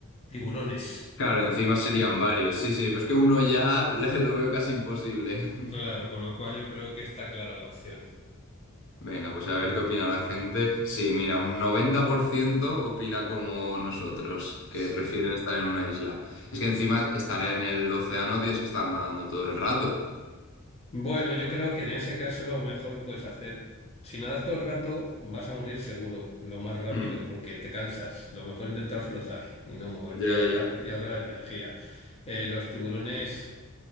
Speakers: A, on the left (about 30°); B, on the left (about 60°).
A: tiburones.
B: Claro, encima serían varios. Sí, sí, pero es que uno ya <laughs> le- lo veo casi imposible. <laughs>
A: Claro, con lo cual yo creo que está clara la opción.
B: Venga, pues a ver qué opina la gente. Sí, mira, un 90% opina como nosotros,
A: Sí.
B: que prefieren estar en una isla. Es que encima estar en el océano tienes que estar nadando todo el rato.
A: Bueno, yo creo que en ese caso lo mejor que puedes hacer, si nadas todo el rato, vas a morir seguro, lo más rápido,
B: Hmm,
A: porque te cansas. Lo mejor es intentar flotar y no moverte
B: Ya,
A: y ahorrar,
B: ya.
A: y ahorrar energía. Eh, los tiburones